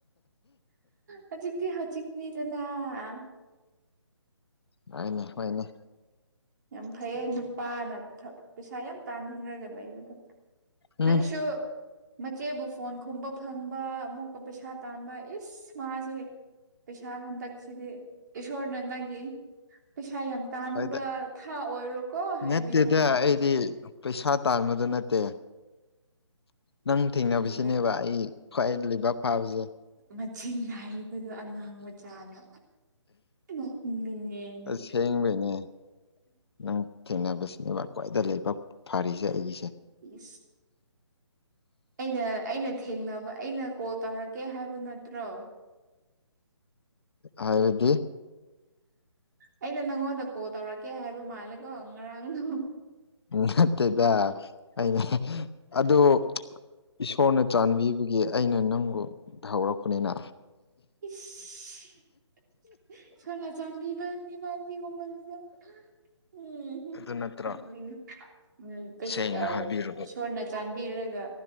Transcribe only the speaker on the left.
ꯍꯅꯦ ꯍꯅꯦ
ꯎꯝ
ꯍꯥꯏꯗ
ꯅꯠꯇꯦꯗ
ꯑꯩꯗꯤ ꯄꯩꯁꯥ ꯇꯥꯡꯕꯗꯨ ꯅꯠꯇꯦ ꯅꯪ ꯊꯦꯡꯅꯕꯁꯤꯅꯦꯕ
ꯑꯩ ꯈ꯭ꯋꯥꯏ ꯂꯩꯕꯥꯛ ꯐꯥꯕꯁꯦ
ꯑꯁꯦꯡꯕꯩꯅꯦ ꯅꯪ ꯊꯦꯡꯅꯕꯁꯤꯅꯦꯕ ꯈ꯭ꯋꯥꯏꯗ ꯂꯩꯕꯛ ꯐꯔꯤꯁꯦ ꯑꯩꯒꯤꯁꯦ
ꯍꯥꯏꯗꯤ
ꯎ ꯃꯠꯇꯩꯗꯅꯦ ꯑꯗ ꯏꯁꯣꯔꯅ ꯆꯥꯟꯕꯤꯕꯒꯤ ꯑꯩꯅ ꯅꯪꯕꯨ ꯍꯧꯔꯛꯄꯅꯤꯅ
ꯑꯗꯨ ꯅꯠꯇ꯭ꯔꯣ
ꯁꯦꯡꯅ ꯍꯥꯏꯕꯤꯔꯒ